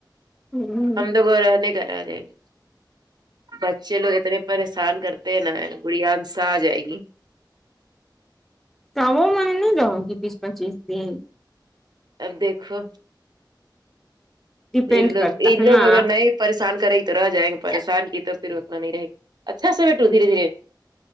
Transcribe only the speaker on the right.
ہم توگ رہ نہیں کرا دے گے بچے لوگ اتنے پریشان کرتے ہیں نا گڑیاانسا آ جائے گی
اب دیکھو
انلوگ
انکوگ
اگر نئی پریشان کریں گی تو رہ جائیں گے پریشان کی تو پھر اتنا نہیں رہے گی اچھا سا بیٹوں دھیرے دھیرے